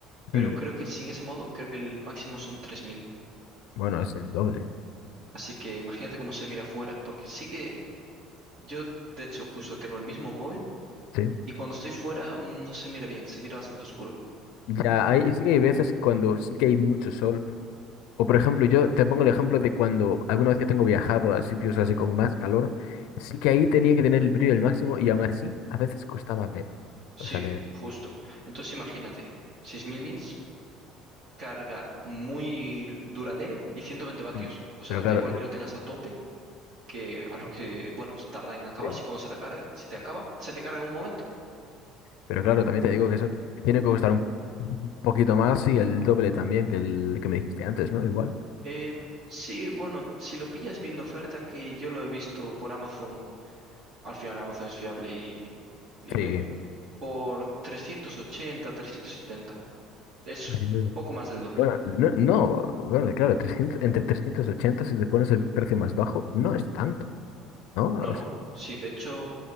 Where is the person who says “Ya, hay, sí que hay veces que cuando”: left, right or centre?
Left